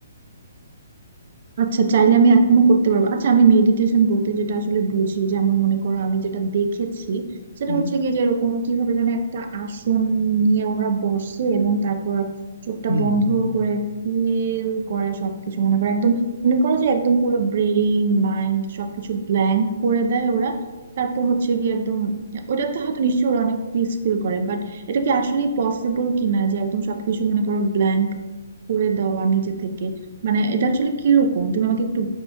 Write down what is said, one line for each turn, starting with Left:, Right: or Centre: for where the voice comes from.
Right: আচ্ছা চাইলে আমি এখনো করতে পারবো আচ্ছা আমি মেডিটেশন বলতে যেটা আসলে বুঝি যেমন মনে করো আমি যেটা দেখেছি সেটা
Left: হুম
Right: হচ্ছে গিয়ে যে এরকম কিভাবে যেন একটা আসন নিয়ে ওরা বসে এবং তারপর চোখটা
Left: হুম
Right: বন্ধ
Left: হুম
Right: করে ফিল করে সবকিছু মনে করো একদম মনে করো যে একদম পুরো ব্রেইন মাইন্ড সবকিছু ব্ল্যাঙ্ক করে দেয় ওরা তারপর হচ্ছে গিয়ে একদম ওটাতে হয়তো নিশ্চয়ই ওরা অনেক পিস ফিল করে বাট এটা কি আসলে পসিবল কিনা যে একদম সবকিছু মনে করো ব্ল্যাঙ্ক করে দেওয়া নিজে থেকে মানে এটা আসলে কিরকম তুমি আমাকে একটু